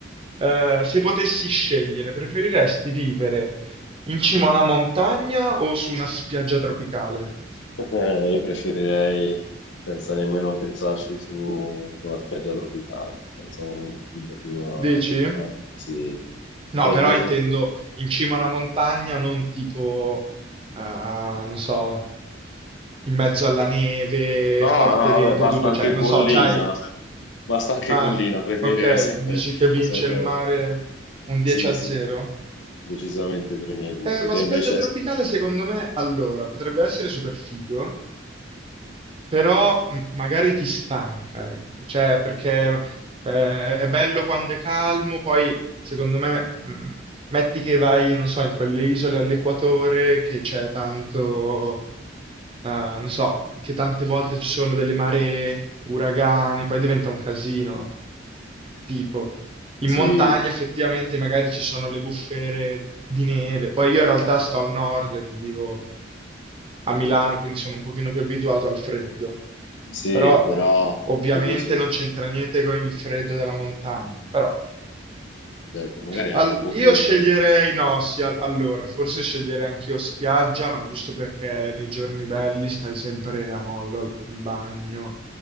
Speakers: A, on the right (about 30°); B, on the left (about 70°).
A: eh, se potessi scegliere, preferiresti vivere in cima a una montagna o su una spiaggia tropicale?
B: Eh, io preferirei senza nemmeno pensarci su, su una spiaggia tropicale, pensavo molto più da prima
A: Dici?
B: di mare. Sì, sì, sì.
A: No,
B: Te
A: però
B: invece?
A: intendo in cima a una montagna, non tipo, ah, non so, in mezzo alla neve,
B: No, no,
A: forte vento
B: vabbè, basta
A: e tutto,
B: anche
A: cioè, non
B: collina,
A: so, c'hai...
B: basta anche
A: Ah,
B: collina, preferirei
A: ok,
B: sempre,
A: dici che vince
B: sempre,
A: il mare un 10
B: sì,
A: a
B: sì,
A: 0?
B: sì, decisamente per i miei gusti.
A: Eh, ma
B: Te
A: spiaggia
B: invece?
A: tropicale secondo me, allora, potrebbe essere super figo, però mh, magari ti stanca, ecco, cioè perché eh, è bello quando è calmo, poi secondo me mh, metti che vai, non so, in quelle isole all'equatore che c'è tanto, eh, non so, che tante volte ci sono delle maree, uragani, poi diventa un casino, tipo. In
B: Sì,
A: montagna effettivamente magari ci sono le bufere di neve. Poi io in realtà sto al nord, che vivo a Milano, quindi sono un pochino più abituato al freddo.
B: sì,
A: Però
B: però,
A: mh, ovviamente
B: tu dici...
A: non c'entra niente con il freddo della montagna. Però
B: certo, magari anche
A: Al-
B: un po'
A: io
B: più umido.
A: sceglierei, no, sì, al- allora, forse sceglierei anch'io spiaggia, ma giusto perché nei giorni belli stai sempre a mollo al- in bagno,